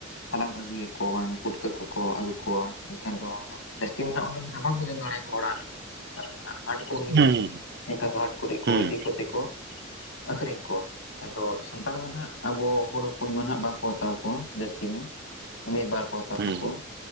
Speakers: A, on the left; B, on the right.
A: ᱦᱟᱞᱟᱝ ᱟᱹᱜᱩᱭᱟ ᱠᱚ ᱵᱟᱝ ᱯᱩᱴᱠᱟᱹ ᱠᱚᱠᱚ ᱟᱹᱜᱩ ᱠᱚᱣᱟ ᱮᱱᱠᱷᱟᱱ ᱫᱚ ᱦᱟᱸᱜ ᱡᱟᱹᱥᱛᱤ ᱫᱚᱱᱦᱟᱜ ᱚᱰᱮ ᱫᱚᱱᱦᱟᱜ ᱵᱟᱝᱠᱚ ᱡᱚᱢ ᱫᱟᱲᱮᱭᱟᱠᱚᱣᱟ ᱚᱲᱟᱜ ᱨᱮᱦᱚᱸ ᱮᱱᱠᱷᱟᱱ ᱫᱚ ᱦᱟᱴ ᱠᱚ ᱦᱩᱭᱩᱜ-ᱟ
B: ᱦᱩᱸ
A: ᱮᱱᱠᱷᱟᱱ ᱫᱚ ᱦᱟᱴ ᱠᱚᱨᱮᱜ ᱠᱚ
B: ᱦᱩᱸ
A: ᱤᱫᱤ ᱠᱟᱛᱮᱜ ᱠᱚ ᱟᱹᱠᱷᱨᱤᱧ ᱠᱚᱣᱟ ᱟᱫᱚ ᱥᱟᱱᱛᱟᱲ ᱢᱟ ᱱᱦᱟᱜ ᱟᱵᱚ ᱦᱚᱲ ᱦᱚᱯᱚᱱ ᱢᱟᱱᱦᱟᱜ ᱵᱟᱝᱠᱚ ᱦᱟᱛᱟᱣ ᱠᱚᱣᱟ ᱡᱟᱹᱥᱛᱤ ᱢᱟ ᱢᱤᱫᱵᱟᱨ ᱠᱚ ᱦᱟᱛᱟᱣ
B: ᱦᱩᱸ
A: ᱠᱚᱣᱟ᱾